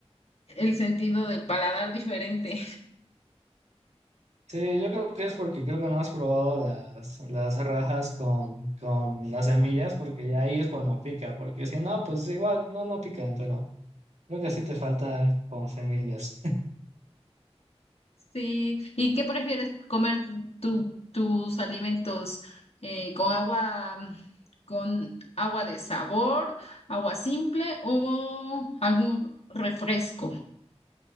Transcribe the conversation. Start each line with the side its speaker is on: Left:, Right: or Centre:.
Left: el sentido del paladar diferente.
Right: Sí, yo creo que es porque creo que no has probado las, las rajas con, con las semillas, porque ya ahí es cuando pica, porque si no, pues igual no, no pican, pero creo que sí te falta con semillas.
Left: Sí, ¿y qué prefieres comer tu- tus alimentos eh, con agua, con agua de sabor, agua simple o algún refresco?